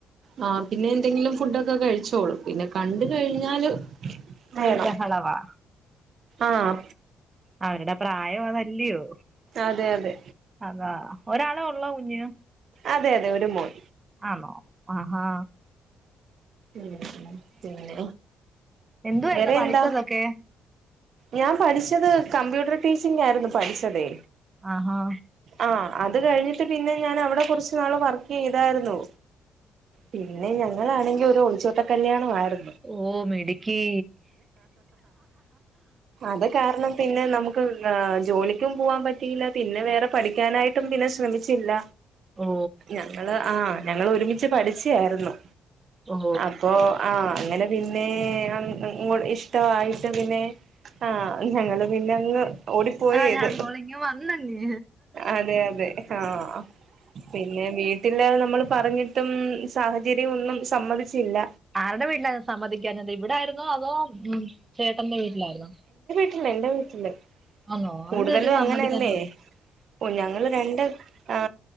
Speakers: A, on the right; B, on the right.
A: ആ പിന്നെ എന്തെങ്കിലും ഫുഡൊക്കെ കഴിച്ചോളും പിന്നെ കണ്ട് കഴിഞ്ഞാല് വേണം
B: ബഹളവാ
A: ആഹ്
B: അവരുടെ പ്രായം അതല്ലയോ
A: അതെ അതെ
B: അതാ ഒരാളെ ഒള്ളോ കുഞ്ഞ്
A: അതെ അതെ ഒരു മോൻ
B: ആണോ ആഹാ
A: ഉം പിന്നെ
B: എന്തുവായിരുന്നു
A: വേറെ
B: പഠിച്ചതൊക്കെ
A: എന്താ ഞാൻ പഠിച്ചത് കമ്പ്യൂട്ടർ ടീച്ചിംഗായിരുന്നു പഠിച്ചതേ
B: ആഹാ
A: ആഹ് അത് കഴിഞ്ഞിട്ട് പിന്നെ ഞാൻ അവിടെ കുറച്ച് നാള് വർക്ക് ചെയ്തായിരുന്നു പിന്നെ ഞങ്ങളാണെങ്കിൽ ഒരു ഒളിച്ചോട്ട കല്യാണം ആയി
B: ഓ മിടുക്കി
A: അത് കാരണം പിന്നെ നമുക്ക് ജോലിക്കും പോവാൻ പറ്റിയില്ല പിന്നെ വേറെ പഠിക്കാനായിട്ടും പിന്നെ ശ്രമിച്ചില്ല
B: ഓ
A: ഞങ്ങള് ആ ഞങ്ങള് ഒരുമിച്ച് പഠിച്ചയായിരുന്നു
B: ഓ
A: അപ്പൊ ആഹ് അങ്ങനെ പിന്നെ അ അങ്ങ് ഇഷ്ടമായിട്ട് പിന്നെ ആ ഞങ്ങള് പിന്നെങ്ങ് ഓടിപ്പോയ
B: ആ
A: ചെയ്ത്
B: ഞാൻ കോളിങ് വന്നങ്ങ്
A: അതെ അതെ ആഹ് പിന്നെ വീട്ടില് നമ്മൾ പറഞ്ഞിട്ടും സാഹചര്യം ഒന്നും സമ്മതിച്ചില്ല
B: ആരുടെ വീട്ടിലായിരുന്നു സമ്മതിക്കാഞ്ഞത് ഇവിടായിരുന്നോ അതോ ഉം ചേട്ടന്റെ വീട്ടിലായിരുന്നോ
A: ഇല്ല എന്റെ വീട്ടില്
B: ആന്നോ
A: കൂടുതലും
B: അതെന്നാ പറ്റി സമ്മതിക്കാഞ്ഞേ
A: അങ്ങനെയല്ലേ ഓ ഞങ്ങള് രണ്ട് ആ